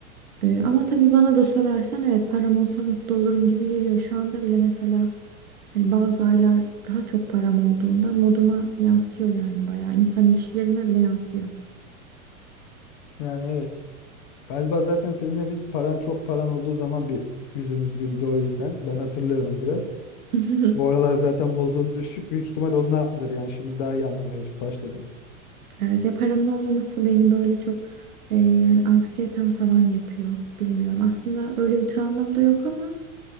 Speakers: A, on the right; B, on the left.
A: Ee, ama tabii bana da sorarsan evet param olsa mutlu olurum gibi geliyor. Şu anda bile mesela Hani bazı aylar daha çok param olduğunda moduma yansıyor yani bayağı. İnsan ilişkilerime bile yansıyor.
B: Yani evet. Galiba zaten seninle biz paran çok paran olduğu zaman bir yüzümüz güldü o yüzden. Ben hatırlıyorum biraz.
A: <laughs>
B: Bu aralar zaten modun düşük büyük ihtimal ondandır yani şimdi daha iyi anlamaya başladım.
A: Evet ya paramın olmaması beni böyle çok e, yani anksiyetem tavan yapıyor. Bilmiyorum. Aslında öyle bir travmam da yok ama